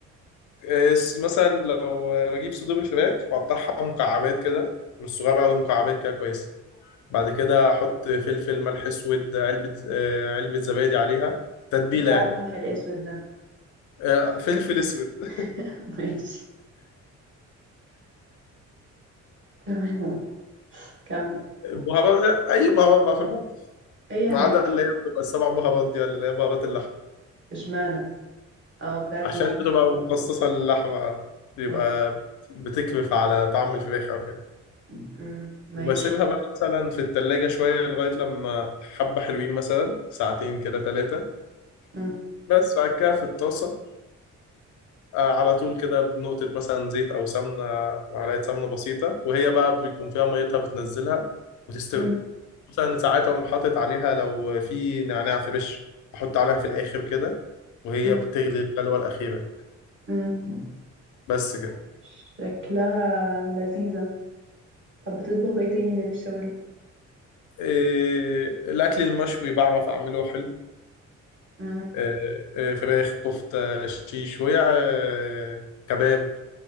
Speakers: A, on the left (about 75°); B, on the right (about 40°).
A: آه، س- مثلا لو بجيب صدور الفراخ واقطعها مكعبات كده مش صغيره قوي مكعبات كده كويسه بعد كده احط فلفل ملح اسود علبه آه، علبه زبادي عليها تتبيله
B: ايه بقى
A: يعني
B: الملح الاسود ده
A: آه، فلفل اسود <laughs>
B: <laughs> ماشي تمام كمل
A: بهارات اي بهارات بقى في المطبخ
B: اي
A: ما
B: حاجه
A: عدا اللي هي بتبقى السبع بهارات دي ولا اللي هي بهارات اللحم
B: اشمعنى اه بتاعت
A: عشان
B: اللحمه
A: بتبقى مخصصة للحمة بيبقى
B: اه
A: بتكرف على طعم الفراخ أو كده
B: امم ماشي
A: وبسيبها بقى مثلا في التلاجة شوية لغاية لما حبة حلوين مثلا ساعتين كده ثلاثة
B: امم
A: بس بعد كده في الطاسة آه، على طول كده بنقطة مثلا زيت أو سمنة معلقة سمنة بسيطة وهي بقى بيكون فيها ميتها بتنزلها وتستوي
B: امم
A: مثلا ساعات أقوم حاطط عليها لو في نعناع فريش أحط عليها في الآخر كده وهي
B: امم
A: بتغلي الغلوة الأخيرة
B: امم
A: بس كده
B: شكلها لذيذه طب بتطبخ ايه تاني غير الشاورما
A: إيه الأكل المشوي بعرف أعمله حلو
B: امم
A: إيه إيه فراخ كفتة شيشوية إيه كباب